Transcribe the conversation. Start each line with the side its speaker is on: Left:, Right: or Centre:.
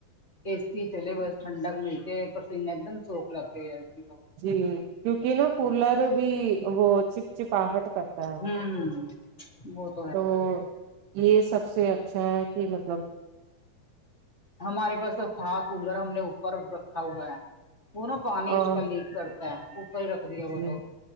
Left: اے سی چلے بس ٹھنڈک ملتی ہے پسینے ایک دم سوکھ لگتے ہے آدمی کو
Right: جی کیونکہ نا کولر بھی وہ چپچپاہٹ کرتا ہے
Left: ہوں بہت
Right: تو یہ سب سے اچھا ہے کہ مطلب
Left: ہمارے پاس سب تھا کولر ہم نے اوپر رکھا ہوا ہے وہ نا پانی
Right: ا
Left: اس کا لیک کرتا ہے اوپر ہی رکھ دیا
Right: جی
Left: وہ تو